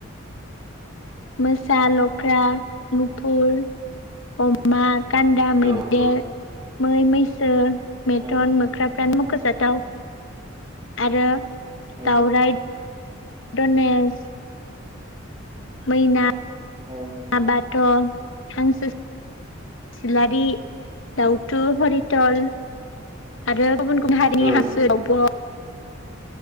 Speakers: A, on the left; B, on the right.
A: मोसा, लख्रा, मुफुर, अमा गान्दा,
B: औ
A: मैदेर
B: औ
A: मै मैसो मेथन
B: औ
A: मोख्रा फ्रानो मु खोजाथाव आरो
B: औ
A: दाव राय डनेस मैना
B: औ औ
A: माबाथ' हांसो सिलारि दाउथु हरितल आरो गुबुन गुबुन हारिनि
B: औ
A: हांसो दावब'